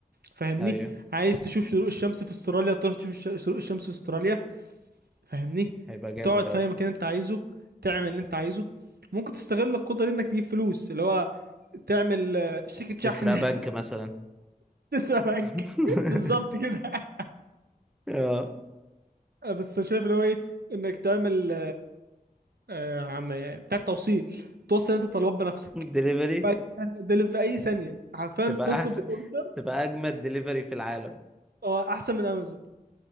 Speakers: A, on the right (about 85°); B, in the centre.
A: فاهمني
B: ايوه
A: عايز تشوف شروق الشمس في استراليا تروح تشوف الش- شروق الشمس في استراليا فاهمني
B: هيبقى جامد
A: تقعد
B: قوي
A: في اي مكان انت عايزه تعمل اللي انت عايزه ممكن تستغل القدره دي انك تجيب فلوس اللي هو تعمل آه، شركة شحن
B: تسرق بنك
A: <laughs>
B: مثلا
A: تسلا بنك
B: <laughs>
A: <laughs> بالظبط كده
B: اه
A: بس شايف اللي هو ايه انك تعمل آه، عم يعني بتاع التوصيل توصل انت طلبات بنفسك
B: دليفري
A: في اي ثانيه دل- في اي ثانيه عارفين
B: تبقى
A: تطلب
B: احسن
A: الاوردر
B: تبقى اجمد دليفري في العالم
A: اه احسن من امازون